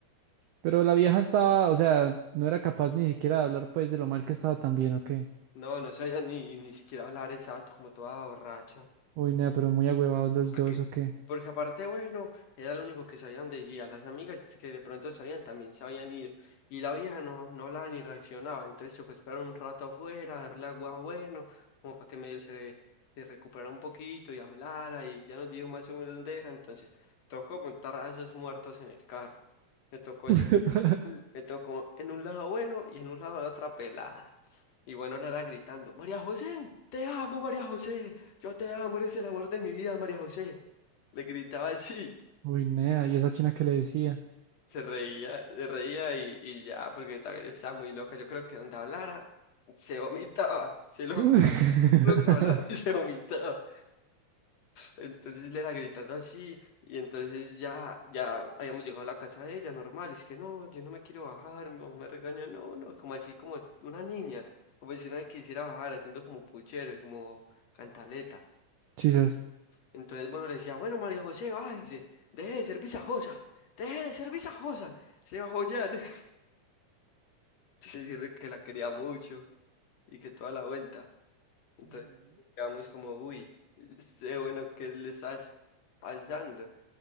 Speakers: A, on the right; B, on the left.
A: Pero la vieja estaba, o sea, no era capaz ni siquiera de hablar, pues, de lo mal que estaba también, ¿o qué?
B: No, no sabía ni, ni siquiera hablar exacto, como toda borracha.
A: Uy, nea, pero muy agüevados los
B: Porque,
A: dos, ¿o qué?
B: porque aparte, bueno, era lo único que sabían de ella. Las amigas que de pronto sabían también se habían ido. Y la vieja no, no hablaba ni reaccionaba. Entonces tocó esperar un rato afuera, darle agua bueno, como para que medio se, se recuperara un poquito y hablara. Y ya nos dijo más o menos dónde era. Entonces tocó montar a esos muertos en el carro. Me tocó.
A: <laughs>
B: Me tocó en un lado bueno y en un lado la otra pelada. Y bueno, la era gritando, María José, te amo, María José, yo te amo, eres el amor de mi vida, María José. Le gritaba así,
A: Uy, nea, y esa china que le decía.
B: <laughs> se reía, se reía y, y ya, porque también estaba muy loca. Yo creo que donde hablara, se vomitaba, se lo
A: <laughs>
B: juro que hablaba y se vomitaba. Entonces le era gritando así y entonces ya, ya habíamos llegado a la casa de ella, normal, es que no, yo no me quiero bajar, mi mamá me regaña no, no, como así como una niña, como si nadie quisiera bajar, haciendo como puchero, como cantaleta.
A: Chisas.
B: Entonces, bueno, le decía, bueno, María José, bájese, deje de ser visajosa, deje de ser visajosa, se bajó ya, <laughs> le- decirle que la quería mucho y que toda la vuelta. Entonces, quedamos como, uy, este, bueno, ¿qué le estás pasando?